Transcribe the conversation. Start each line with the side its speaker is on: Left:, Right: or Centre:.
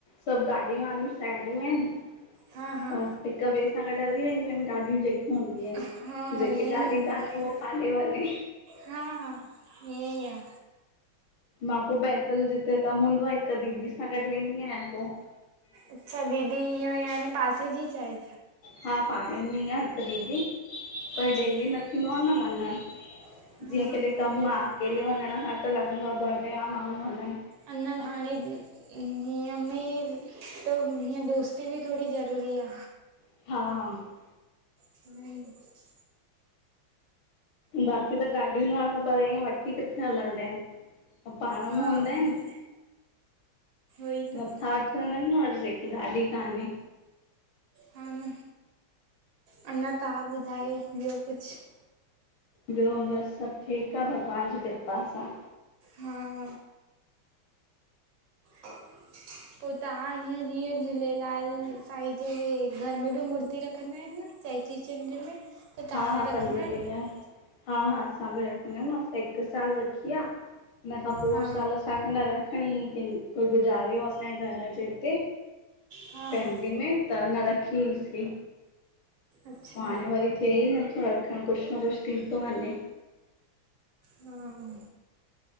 Left: सब गाॾिय वारियूं साहेड़ियूं आहिन।
Right: हा हा
Left: बस हिक ॿिए सां गॾु हली वेंदियूं आहिन ॻाॾियूं जेक हूंदी आहिन,
Right: हा
Left: जेके
Right: ईअं ई
Left: गाॾी
Right: हूंदो आहे
Left: कानहे, उह काॾे वञे?
Right: हा हा, इअं ई आ।
Left: मां पो पैदल जिते कमु हूंदो आ, हिकु दीदी सां गॾु वेंदी आहियां पो।
Right: अच्छा दीदी इहं ई हाणे पासे जी च आहे?
Left: हा पाड़े में ई आ हिकु दीदी। पर
Right: अच्छा
Left: डेली न थींदो आ न वंञणु,
Right: हा
Left: जीअं केॾे
Right: उहो
Left: कमु
Right: बि आहे
Left: आ! अकेले वंञण खां त लॻंदो आ ॿ ॼणा माण्हू वञन।
Right: अंञा हाणे इंअ म त हं दोस्ती बि थोङी ज़रूरी आ।
Left: हा
Right: ऐं <inaudible>
Left: बाक़ी त गाॾी न वारा पर इंअ वठी किथे हलंदा आहिन! ऐं पाण
Right: हा
Left: में हूंदा
Right: उहो
Left: आहिन,
Right: ई त
Left: नथा वठी ञनि न वरी जेखे गाॾी कान्हे।
Right: हा न, अंञा तव। हां ॿुधायो ॿियो कुछु!
Left: ॿियो बस सब ठीकु आ भॻवान जी कृपा सां।
Right: हा हा <inaudible> पो तहां हीअं जीअं झूलेलाल साईं जे घर में बि मूर्ती रखंदा आहिन न चेटी चंड्र में! त तव्हां
Left: हा हा,
Right: रखंदा
Left: पंज
Right: आहियो
Left: बी आ। हा हा, असां बि रखंदा आहियूं न असां हिकु साल रखी आ, हिन खां पोइ
Right: हा
Left: साल असांखे न रखिणी, कं कोई गुज़ारियो असांजे घर जे हिते
Right: हा
Left: फैमिली
Right: हा
Left: में, त न रखी ईसीं।
Right: अच्छा
Left: पोइ हाणे वरी थिए ई नथो रखणु, कुछु न कुछु थी थो वञे।
Right: हा हा।